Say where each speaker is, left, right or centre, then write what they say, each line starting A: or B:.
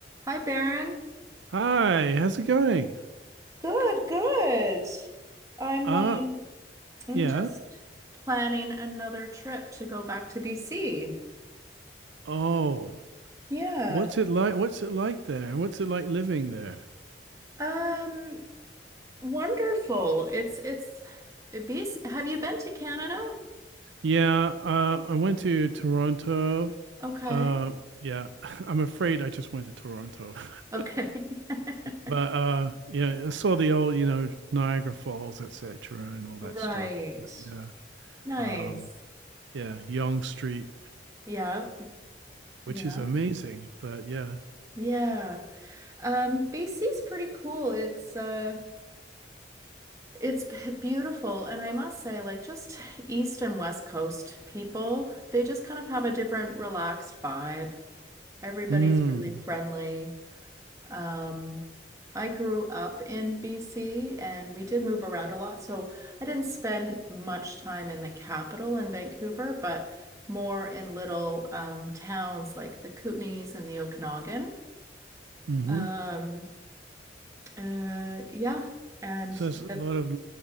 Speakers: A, on the right (about 15°); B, on the right (about 85°).
A: Hi, Baron.
B: Hi, how's it going?
A: Good, good. I'm
B: Uh,
A: um I'm
B: yeah.
A: Just planning another trip to go back to BC.
B: Oh,
A: yeah.
B: what's it like? What's it like there? What's it like living there?
A: Um, wonderful. It's it's BC. Have you been to Canada?
B: Yeah, uh, I went to Toronto.
A: Okay.
B: Uh, yeah, <laughs> I'm afraid I just went to Toronto.
A: Okay.
B: <laughs>
A: <laughs>
B: But uh, yeah, I saw the old, you know, Niagara Falls, etc., and all that
A: Right.
B: stuff. But yeah,
A: Nice.
B: um, yeah, Yonge Street,
A: Yeah.
B: which
A: Yeah.
B: is amazing. But yeah,
A: Yeah. Um, BC's pretty cool. It's uh It's b- beautiful. And I must say, like, just East and West Coast people, they just kind of have a different relaxed vibe. Everybody's
B: mm,
A: really friendly. Um, I grew up in BC and we did move around a lot. So I didn't spend much time in the capital in Vancouver, but more in little um, towns like the Kootenays and the Okanagan.
B: mm-hmm.
A: Um, uh, yeah. And
B: So there's a
A: the
B: lot of